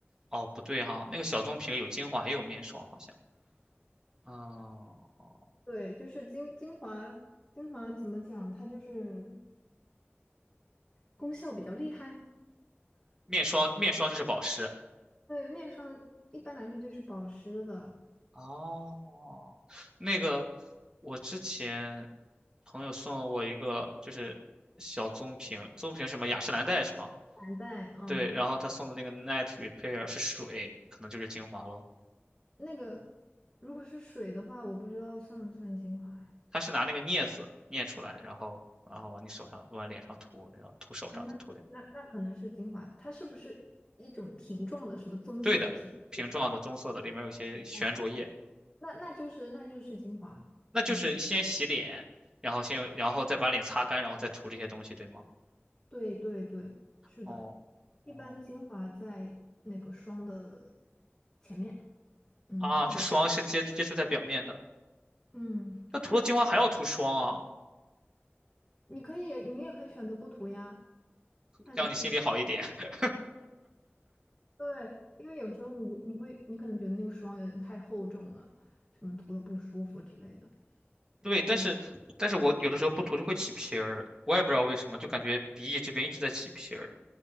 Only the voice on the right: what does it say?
哦，不对哈，那个小棕瓶有精华也有面霜，好像。哦，
面霜面霜就是保湿，
哦，那个我之前朋友送了我一个，就是小棕瓶，棕瓶是什么雅诗兰黛是吗？
对，然后他送的那个 Night Repair 是水，可能就是精华咯。
他是拿那个镊子镊出来，然后然后往你手上往脸上涂，然后涂手上再涂脸。
对的，瓶状的棕色的，里面有一些悬浊液，
那就是先洗脸，
然后先用然后再把脸擦干，然后再涂这些东西，对吗？
哦哦
啊，
就霜是接接触在表面的。
那涂了精华还要涂霜啊，
让你心里好一点。<laughs>
对，但是但是我有的时候不涂就会起皮儿，
我也不知道为什么，就感觉鼻翼这边一直在起皮儿。